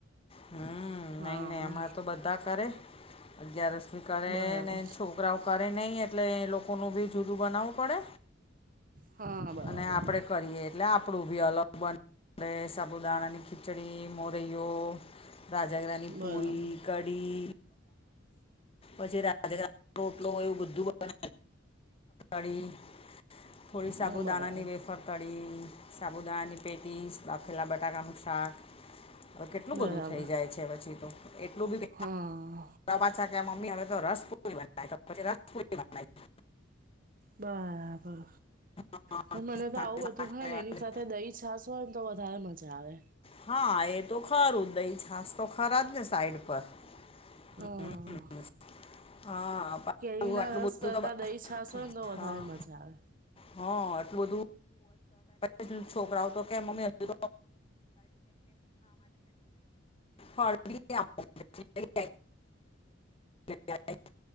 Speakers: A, on the left (about 30°); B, on the right (about 45°).
A: હમ્મ
B: હા
A: નઈ નઈ અમારે તો બધા કરે અગિયારસી કરે
B: બરાબર
A: ને છોકરાઓ કરે નહીં એટલે એ લોકોનું બી જુદું બનાવવું પડે
B: હા બરાબર
A: અને આપડે કરીએ એટલે કપડું બી અલગ બનાે સાબુ દાણાની ખીચડી મોરૈયો રાજગરાની
B: બરાબર
A: પુરી કઢી પછી રાજ રોટલો હોયું બધું બ <unintelligible> થોડી સાબુદાણાની
B: હા બરાબર
A: વેફર તળી સાબુદાણાની પેટીસ બાખેલા બટાકાનું શાક હવે કેટલું
B: બરાબર
A: બધું થઈ જાય છે પછી તો એટલું બી ત
B: હા
A: પાછા કેય હવે તો રસપુલી રસપુ <unintelligible>
B: બરાબર
A: બીજું
B: પણ મને
A: સાંજે
B: તો આવું બધું
A: શાક
B: હોય
A: લેવાનું.
B: ને એની સાથે દહી છાસ ફન તો વધારે મજા આવે
A: હા એ તો ખરું દહી છાાસ તો ખરા જ ને સાઈડ પર
B: અ
A: હમ. હા. પાછું
B: કેરીના
A: આટલું
B: રસ
A: બધું
B: કરતાં
A: તો બ-
B: દહીં છાસ હોય ને તો વધારે
A: હા
B: મજા આવે
A: હા એટલું બધું તછી છોકરા આવ તો કેમ મમ્મી હજુ તો <unintelligible> <unintelligible>